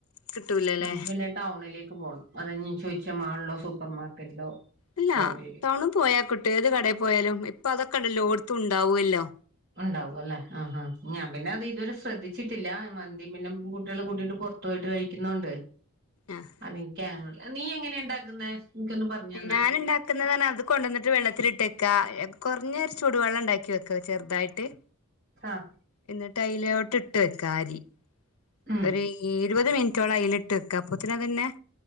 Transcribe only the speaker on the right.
നമുക്ക് പിന്നെ ടൗണിലേക്ക് പോകണം അതാ ഞാൻ ചോദിച്ചേ മാളിലോ സൂപ്പർ മാർക്കറ്റിലോ-
പോണ്ടി വരും
ഇണ്ടാവും അല്ലേ ആഹ് ആഹ് ഞാൻ പിന്നെ അത് ഇതുവരെ ശ്രദ്ധിച്ചിട്ടില്ല മന്തി പിന്നെ കുട്ടികളെ കൂട്ടിട്ട് പൊറ - ത്ത് പൊയിട്ട് കഴിക്കുന്നോണ്ട്
അത് എനിക്ക് അറിയില്ല നീ എങ്ങനെയ ഇണ്ടാക്കുന്നെ എനിക്കൊന്നു പറഞ്ഞു- തന്നെ
ആഹ്
ഉം